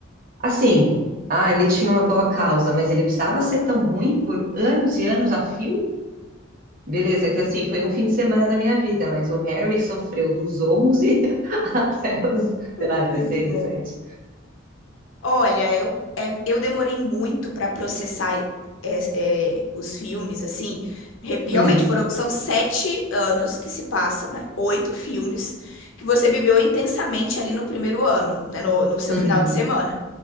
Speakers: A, on the right (about 45°); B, on the left (about 75°).
A: assim, ah, ele tinha uma boa causa, mas ele precisava ser tão ruim por anos e anos a fio? Beleza, que assim, foi um fim de semana da minha vida, mas o Harry sofreu dos 11 <laughs> até os,
B: Ai,
A: sei lá, 16,
B: muito bom.
A: 17.
B: Olha, eu, é- eu demorei muito pra processar é, é, os filmes, assim. Re- realmente,
A: Hum,
B: foram, são sete anos que se passam, né? Oito filmes que você viveu intensamente ali no primeiro ano, né? No, no seu
A: uhum,
B: final de semana.